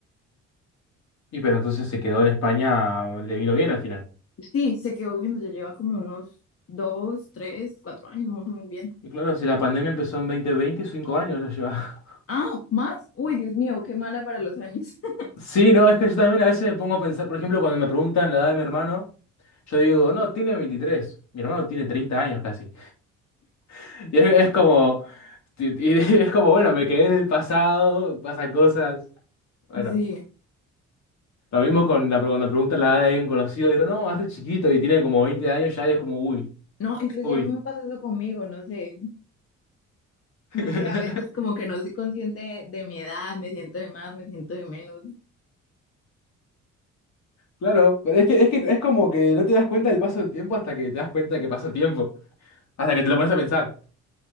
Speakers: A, on the left; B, on the left.
A: Y pero entonces se quedó en España, le vino bien al final.
B: Sí, se quedó viviendo, ya lleva como unos dos, tres, cuatro años, no sé muy bien.
A: Y claro, si la pandemia empezó en 2020, cinco años ya lleva. <laughs>
B: Ah, ¿más? Uy, Dios mío, qué mala para los años. <laughs>
A: Sí, no, es que yo también a veces me pongo a pensar, por ejemplo, cuando me preguntan la edad de mi hermano, yo digo, no, tiene 23. Mi hermano tiene 30 años casi. <laughs> Y es, es como, y <laughs> es como, bueno, me quedé en el pasado, pasan cosas. Bueno.
B: Sí.
A: Lo mismo con la, cuando preguntas la edad de alguien conocido, digo, no, es re chiquito y tiene como 20 años, ya es como, uy,
B: No, inclusive
A: uy.
B: a mí me pasa eso conmigo, no sé.
A: <laughs>
B: No sé, a veces como que no soy consciente de mi edad, me siento de más, me siento de menos.
A: Claro, pero es que, es que es como que no te das cuenta del paso del tiempo hasta que te das cuenta que pasa el tiempo, hasta que te lo pones a pensar.